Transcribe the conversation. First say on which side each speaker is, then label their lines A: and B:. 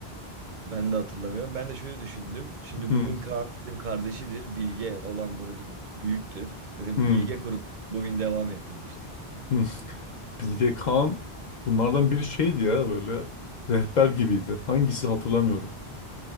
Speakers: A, on the right; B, on the left.
A: Ben de hatırlamıyorum. Ben de şöyle düşündüm. Şimdi
B: Hmm,
A: Bumin Kağan dedim kardeşidir. Bilge olan da dedim büyüktür. Dedim
B: hmm,
A: Bilge kurup Bumin devam ettirmiştir.
B: hmm. Bilge Kağan bunlardan biri şeydi ya böyle rehber gibiydi. Hangisi hatırlamıyorum.